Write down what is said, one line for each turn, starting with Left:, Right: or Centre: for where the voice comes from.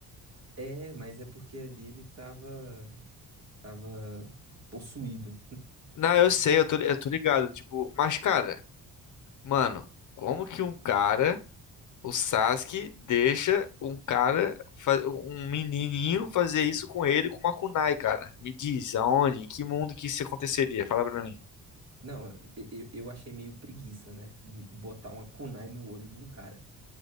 Right: é, mas é porque ali ele tava, tava possuído.
Left: Não, eu sei, eu tô, eu tô ligado, tipo, mas cara, mano, como que um cara, o Sasuke, deixa um cara, fa- um menininho fazer isso com ele com uma kunai, cara? Me diz, aonde, em que mundo que isso aconteceria? Fala pra mim.
Right: Não, eu, eu eu achei meio preguiça, né? Botar uma kunai no olho de um cara